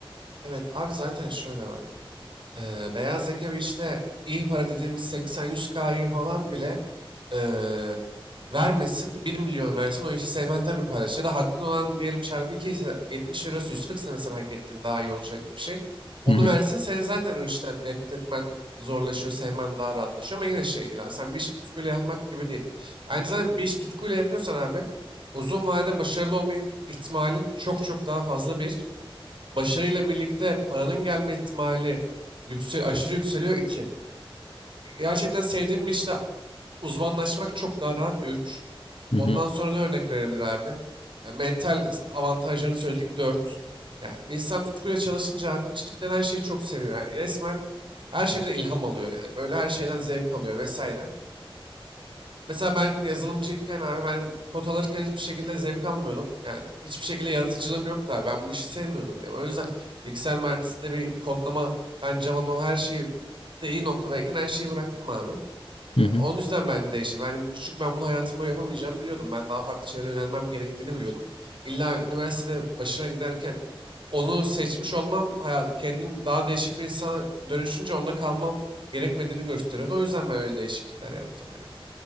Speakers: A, on the right; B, on the left.
A: Evet abi zaten şöyle bak. Eee, beyaz yaka bir işte iyi para dediğimiz 80-100K'yı falan bile eee, vermesin. bir milyon versin o işi sevmen tabii kardeş. Ya da hakkın olan diyelim çarpı 2 ise 70 eurosu 140 sene sen hak ettin daha iyi olacak bir şey. Onu
B: Hı hı,
A: versin sen zaten o işten nefret etmen zorlaşıyor, sevmen daha rahatlaşıyor ama yine şey değil abi. Sen bir işi tutkuyla yapmak gibi değil. Bence zaten bir işi tutkuyla yapıyorsan abi uzun vadede başarılı olma ihtimalin çok çok daha fazla bir. Başarıyla birlikte paranın gelme ihtimali yüksel, aşırı yükseliyor iki Gerçekten sevdiğim bir işte uzmanlaşmak çok daha rahat üç
B: hı
A: Ondan
B: hı,
A: sonra ne örnek verebilir abi? E, mental avantajlarını söyledik dört Yani bir insan tutkuyla çalışınca abi cidden her şeyi çok seviyor. Yani resmen her şeyden ilham alıyor yani. Böyle her şeyden zevk alıyor vesaire. Mesela ben yazılımcıyken abi ben kod alırken hiçbir şekilde zevk almıyordum. Yani hiçbir şekilde yaratıcılığım yoktu abi. Ben bu işi sevmiyordum. Yani o yüzden bilgisayar mühendisliğinde bir kodlama, ben Java'ma her şeyi de iyi noktadayken her şeyi bıraktım abi.
B: hı
A: E,
B: hı.
A: Onun yüzden ben değiştim. Ben, çünkü ben bunu hayatım boyu yapamayacağımı biliyordum. Ben daha farklı şeylere yönelmem gerektiğini biliyordum. İlla üniversitede başına giderken onu seçmiş olmam, hayat, kendim daha değişik bir insana dönüşünce onda kalmam gerekmediğini gösteriyordu. O yüzden ben öyle değişiklikler yaptım yani.